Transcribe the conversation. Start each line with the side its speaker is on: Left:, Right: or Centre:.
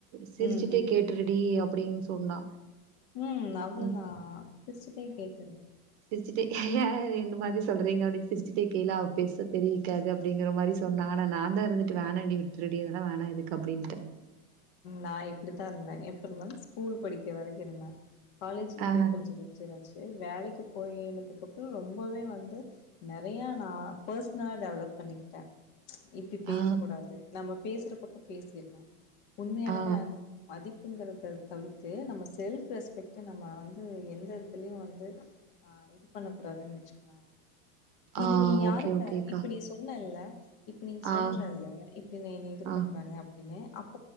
Right: சிரிச்சுட்டுே
Left: ம் ம்
Right: கேட்டுருடி அப்படின்னு சொன்னா
Left: ம் அவ்வளவுதான்
Right: நீ
Left: கேட்கல
Right: சிரிச்சுக்கிடே ஏன் என்ன மாரி சொல்ுறீங்க அப்படின்னு சிரிச்சிட்டே கலா அவ பெச தெவிக்காது அப்படிங்கிற மாதிரி சொன்னா ஆனா நான் தான் இருந்துட்டு வோண்டி விட்டு திருடிெல்லாம் வேணாம் இதுக்கு இரு அப்படின்ட்டு
Left: நான் இப்படித்தான் இருந்தேன் எப்ப இருந்தாலும் ஸ்கூல் படிக்க வரைக்கும் இருந்தேன் காலேஜ்ல
Right: ஆ
Left: போய் கொஞ்சம் முச்சராச்சு வேலைக்கு போயனதுக்கு அப்புறம் ரொம்பவே வந்து நெறைய நான் பர்சனலா டெவலப் பண்ணிக்கிட்டேன் இப்படி பேச
Right: ஆ
Left: கூடாது நம்ம பேசுற பக்கம் பேசிடணும் உண்மையாலுமே
Right: ஆ
Left: அது அது பதி ங்கறத தவிர்த்து நம்ம செல்ப் ரெஸ்பெக்ட் நம்ம வந்து எந்த இதுலயும் வந்து ஆ இது பண்ண கூடாதுன்னு வச்சுக்கலோம்
Right: ஆ
Left: இது நீ யாருக்க
Right: ஓகே ஓகேக்கா
Left: இப்ப நீ சொன்னல்ல இப்ப நீ சொல்றல்ல
Right: ஆ
Left: இப்படி என்ன இது
Right: ஆ
Left: பண்றாங்க தினை அப்